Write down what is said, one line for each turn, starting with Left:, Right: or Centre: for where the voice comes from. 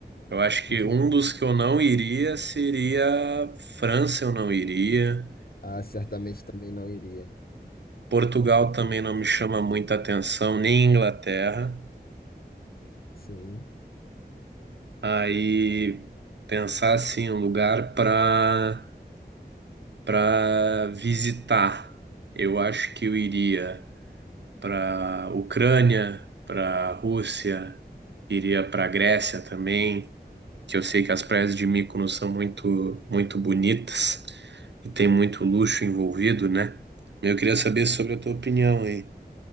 Right: Eu acho que
Left: O que?
Right: um dos que eu não iria seria França, eu não iria.
Left: Ah, certamente também não iria.
Right: Portugal também não me chama muita atenção, nem Inglaterra.
Left: Sim.
Right: Aí pensar assim, um lugar para para visitar. Eu acho que eu iria para Ucrânia, para Rússia, iria para Grécia também. que eu sei que as praias de Mykonos são muito, muito bonitas e tem muito luxo envolvido, né? Eu queria saber sobre a tua opinião aí.